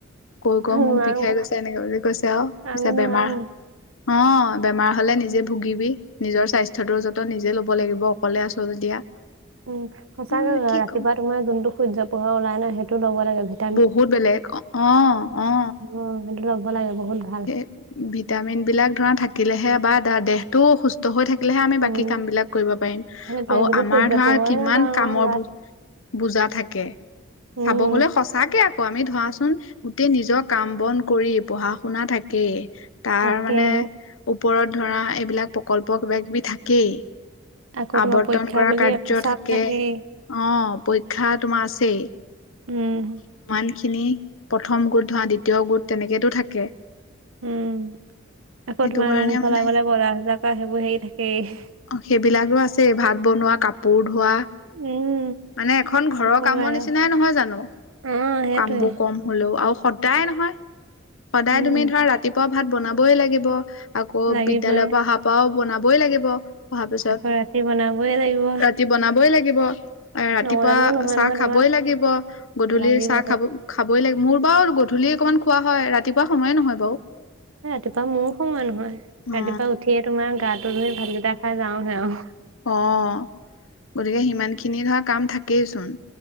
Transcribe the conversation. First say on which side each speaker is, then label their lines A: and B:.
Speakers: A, on the left; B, on the right.
A: কৈ কৈ মূক
B: নোৱাৰো
A: বিষাই গৈছে এনেকে বুলি আৰু
B: আমি
A: পিছে
B: নোৱাৰো।
A: বেমাৰ অ বেমাৰ হলে নিজে ভুগিবি নিজৰ স্বাস্থ্য টো যতন নিজে ল লব লাগিব অকলে আছোঁ যেতিয়া
B: উম সঁচাকে
A: অ
B: ৰাতিপুৱা
A: কি কম
B: তোমাৰ যোনটো সূৰ্য পোহৰ ওলাই ন সেইটো ল'ব লাগে ভি
A: বহুত বেলেগ অ অ
B: উম সেইটো লব লাগে বহুত ভাল।
A: সেই ভিটামিন বিলাক ধৰা থাকিলেহে বা দেহটো সুস্ স্থ হৈ থাকিলেহে আমি
B: উম
A: বাকী কাম বিলাক কৰিব পাৰিম
B: সেইটোৱে
A: আৰু
B: যদি
A: আমাৰ
B: সূৰ্য
A: ধৰা
B: পোহৰে
A: কিমান
B: নাপাওঁ
A: কামৰ
B: গাত
A: বু বুজা থাকে
B: উম
A: চাব গলে সঁচাকে আক কৌ আমি ধৰাচোন গোটেই নিজৰ কাম বন কৰি, পঢ়া শুনা থাকেই তাৰমানে
B: তাকে।
A: ওপৰত ধৰা এইবিলাক প্ৰকল্প কিবা কিবি থাকেই
B: আকৌ
A: আৱৰ্তন
B: তোমাৰ পৰীক্ষা
A: কৰা
B: বুলি
A: কাৰ্যতকে,
B: একো চাপ থাকেই।
A: অঁ, পৰীক্ষা তোমাৰ আছেই।
B: উম,
A: ইমানখিনি প্ৰথম গোট <unintelligible> দ্বিতীয় গোট তেনেকেটো থাকে।
B: উম, আকৌ
A: সেইটো
B: তোমাৰ
A: কাৰণে
B: ৰুম
A: মানে
B: চলাবলৈ বজাৰ-তজাৰ কৰা সেইবোৰ হেৰি থাকেই।
A: অ সেইবিলাকো আছে ভাত বনোৱা, কাপোৰ ধোৱা।
B: উম,
A: মানে এখন ঘৰৰ
B: নকবাই
A: কামৰ
B: আৰু
A: নিচিনাই নহয় জানো?
B: অ', সেইটোৱে
A: কামবোৰ কম হলেও আৰু সদায় নহয় সদায়
B: উম,
A: তুমি ধৰা ৰাতিপুৱা ভাত বনাবই লাগিব, আকৌ
B: লাগিবই।
A: বিদ্যয়ালয়ৰ পৰা অহা পাও বনাবই লাগিব। অহাৰ পিছত।
B: আকৌ ৰাতি বনাবই লাগিব
A: ৰাতি বনাবই লাগিব, ৰাতিপুৱা
B: নবনালেও নহয়
A: চাহ
B: নহয়
A: খাবই
B: তোমাৰ
A: লাগি ব গধূলিৰ
B: লাগিবতো।
A: চাহ খাব খাবই লাগে মোৰ বাৰু গধূলি অকণমান খোৱা হয়, ৰাতিপুৱা সময়ে নহয় বাৰু।
B: ৰাতিপুৱা মোৰো সময় নহয়,
A: অ
B: ৰাতিপুৱা উঠিয়ে তোমাৰ গাটো ধুই ভাতকেইটা খাই যাওহে আৰু।
A: অঁ, গতিকে সিমানখিনি ধৰা কাম থাকেইচোন।